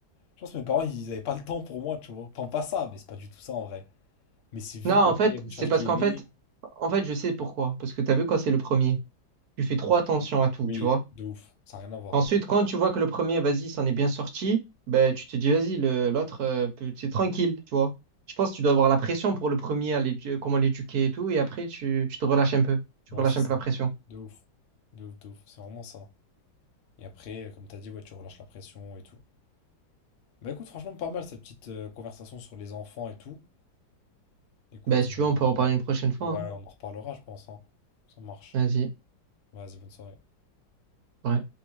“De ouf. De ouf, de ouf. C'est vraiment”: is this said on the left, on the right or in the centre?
Left